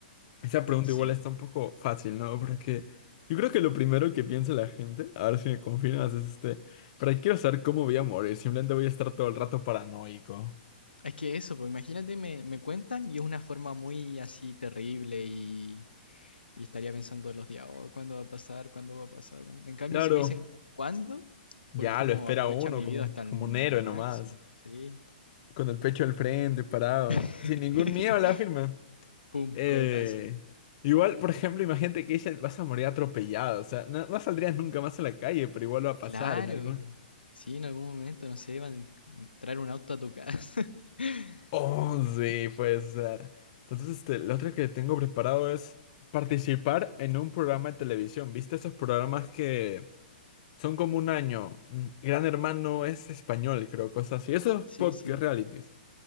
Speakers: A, on the left (about 45°); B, on the left (about 85°).
A: Esa pregunta
B: Sí.
A: igual está un poco fácil, ¿no? Porque yo creo que lo primero que piensa la gente, a ver si me confirmas, es este, ¿para qué quiero saber cómo voy a morir? Simplemente voy a estar todo el rato paranoico.
B: Es que eso, pues imagínate, me, me cuentan y es una forma muy así terrible y, y estaría pensando todos los días, oh, ¿cuándo va a pasar? ¿Cuándo va a pasar? ¿Cuándo?". En cambio,
A: Claro,
B: si me dicen, ¿cuándo? Por
A: ya
B: último,
A: lo espera
B: aprovecha
A: uno
B: mi
A: como
B: vida
A: un,
B: hasta
A: como
B: el máximo,
A: un héroe nomás,
B: sí.
A: con el pecho al frente, parado,
B: <laughs>
A: sin ningún miedo a la firma.
B: Pum,
A: Eh,
B: cohetazo.
A: igual, por ejemplo, imagínate que dicen, vas a morir atropellado, o sea, no, no saldrías nunca más a la calle, pero igual va a pasar
B: Claro,
A: en algún
B: sí, en algún momento, no sé, van a entrar un auto a tu casa. <laughs>
A: Oh, sí, puede ser. Entonces, este, la otra que tengo preparado es participar en un programa de televisión. ¿Viste esos programas que son como un año? Mm, Gran Hermano es español, creo, cosas así. Esos
B: Sí,
A: podcast
B: sí,
A: realities.